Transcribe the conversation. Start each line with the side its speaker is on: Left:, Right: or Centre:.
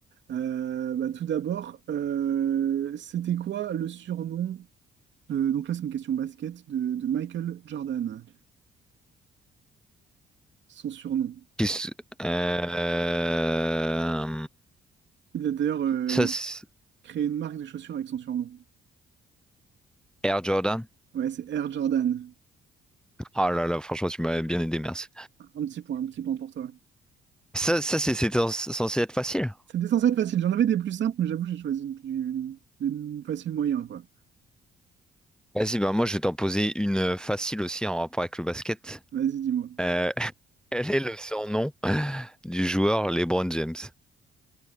Right: Euh, bah, tout d'abord, euh, c'était quoi le surnom euh, donc là, c'est une question basket de, de Michael Jordan, son surnom.
Centre: Qu'est-ce- euh,
Right: Il a d'ailleurs euh,
Centre: Ça, c'est-
Right: créé une marque de chaussures avec son surnom.
Centre: Air Jordan.
Right: Ouais, c'est Air Jordan.
Centre: Ah là là, franchement, tu m'as bien aidé, merci.
Right: Un petit point, un petit point pour toi.
Centre: Ça, ça c'est c'était censé être facile.
Right: C'était censé être facile. J'en avais des plus simples, mais j'avoue, j'ai choisi une plus une facile moyen, quoi.
Centre: Vas-y, bah moi, je vais t'en poser une euh, facile aussi en rapport avec le basket.
Right: Vas-y, dis-moi.
Centre: Euh, <laughs> quel est le surnom du joueur LeBron James?